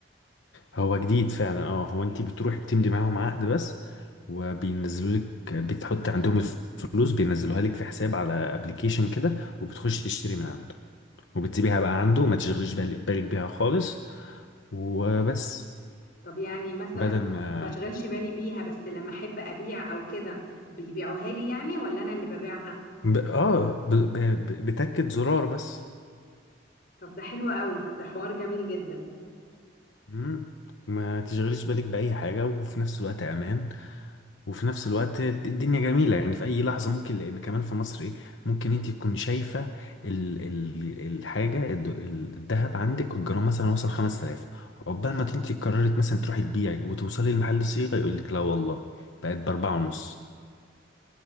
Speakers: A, on the left; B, on the left.
A: هو جديد فعلا اه هو انت بتروحي بتمضي معاهم عقد بس وبينزلوا لك بتحط عندهم الفلوس بينزلوها لك في حساب على ابلكيشن كده وبتخشي تشتري من عنده وبتسيبيها بقى عنده وما تشغليش بال- بالك بيها خالص وبس
B: طب يعني مثلا
A: بدل ما
B: ما اشغلش بالي بيها بس لما احب ابيع او كده بيبيعوها لي يعني ولا انا اللي ببيعها
A: ب... اه ب... ب... ب- بتاكد زرار بس
B: طب ده حلو قوي ده حوار جميل جدا
A: مم. ما تشغليش بالك بأي حاجة وفي نفس الوقت أمان وفي نفس الوقت الدنيا جميلة يعني في أي لحظة ممكن لأن كمان في مصر إيه ممكن أنت تكون شايفة ال ال الحاجة الد- ال- الذهب عندك الجرام مثلا وصل 5000 عقبال ما أنت قررت مثلا تروحي تبيعي وتوصلي لمحل الصيغة يقول لك لا والله بقت بأربعة ونص